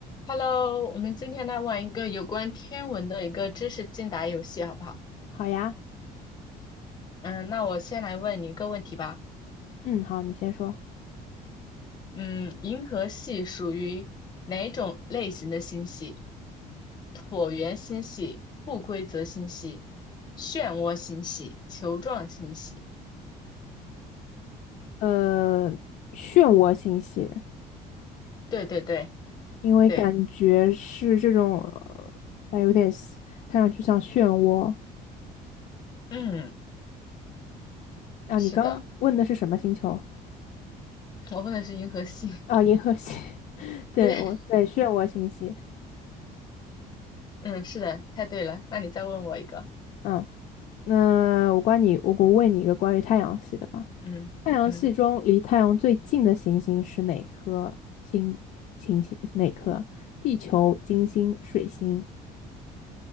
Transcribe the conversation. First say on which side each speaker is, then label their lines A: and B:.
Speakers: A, on the left; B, on the left.
A: Hello，我们今天来玩一个有关天文的一个知识竞答游戏，好不好？
B: 好呀，
A: 嗯，那我先来问你一个问题吧。
B: 嗯，好，你先说。
A: 嗯，银河系属于哪种类型的星系？椭圆星系、不规则星系、漩涡星系、球状星系。
B: 呃，漩涡星系，
A: 对对对
B: 因为感觉是这种，
A: 对，
B: 呃但有点像看上去像漩涡
A: 嗯，
B: 啊。
A: 是的，
B: 你刚问的是什么星球？
A: 我问的是银河系。<laughs>
B: 啊，银河系。<laughs> 对，
A: 对，
B: 我对漩涡星系。
A: 嗯，是的，猜对了。那你再问我一个。
B: 嗯，那我关你，我我问你一个关于太阳系的吧。
A: 嗯嗯，
B: 太阳系中离太阳最近的行星是哪颗星？行星哪颗？地球、金星、水星？